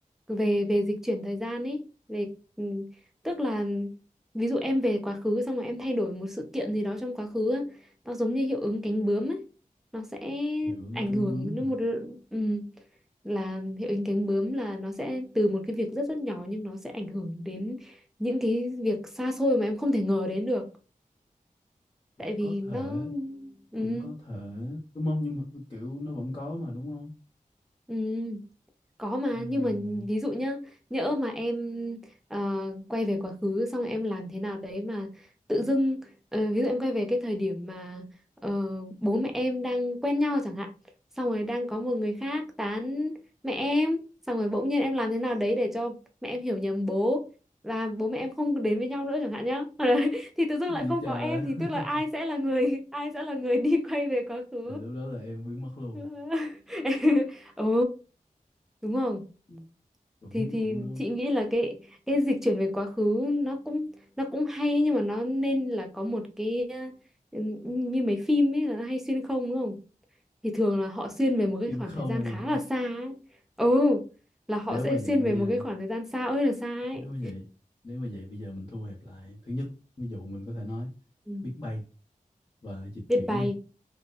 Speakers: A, in the centre; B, on the left.
A: về về dịch chuyển thời gian ấy về ừ, tức là ví dụ em về quá khứ xong rồi em thay đổi một sự kiện gì đó trong quá khứ á, nó giống như hiệu ứng cánh bướm ấy nó sẽ
B: dưỡng
A: ảnh
B: cánh
A: hưởng
B: bướm hả
A: đến một ừ, là hiệu ứng cánh bướm là nó sẽ từ một cái việc rất rất nhỏ nhưng nó sẽ ảnh hưởng đến những cái việc xa xôi mà em không thể ngờ đến được tại
B: có
A: vì nó
B: thể
A: ừ,
B: cũng có thể đúng không nhưng mà kiểu nó vẫn có mà đúng không
A: ừ. Có mà
B: ừ
A: nhưng mà ví dụ nhá nhỡ mà em ờ, quay về quá khứ xong em làm thế nào đấy mà tự dưng ờ, ví dụ em quay về cái thời điểm mà ờ, bố mẹ em đang quen nhau chẳng hạn xong rồi đang có một người khác tán mẹ em xong rồi bỗng nhiên em làm thế nào đấy để cho mẹ em hiểu nhầm bố và bố mẹ em không đến với nhau nữa chẳng hạn nhá <laughs> Đấy, thì tự dưng
B: gì
A: lại không
B: trời
A: có em thì
B: <laughs>
A: tức là ai sẽ là người ai sẽ là người đi quay về quá khứ
B: là lúc đó là em biến mất luôn
A: <laughs> ừ đúng không
B: Ừ, cũng
A: thì thì
B: cũng đúng
A: chị nghĩ là cái cái dịch chuyển về quá khứ nó cũng nó cũng hay nhưng mà nó nên là có một cái ờ, như mấy phim ấy là nó hay xuyên không đúng không thì thường là họ xuyên về một cái
B: nhưng
A: khoảng
B: không
A: thời gian khá
B: à.
A: là xa ấy ừ là họ
B: nếu
A: sẽ
B: mà
A: xuyên
B: vậy nha
A: về một cái khoảng thời gian xa ơi là xa ấy
B: nếu mà vậy nếu mà vậy bây giờ mình thu hẹp lại thứ nhất ví dụ mình có thể nói
A: ừ.
B: biết bay và dịch
A: biết
B: chuyển
A: bay
B: đi